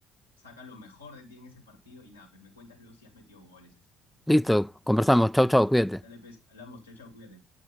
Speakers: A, on the left (about 85°); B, in the centre.
A: saca lo mejor de ti en ese partido y nada, pues me cuentas luego si has metido goles y así.
B: Listo, conversamos, chau, chau, cuídate.
A: Dale, pues, hablamos, chao, chao, cuídate.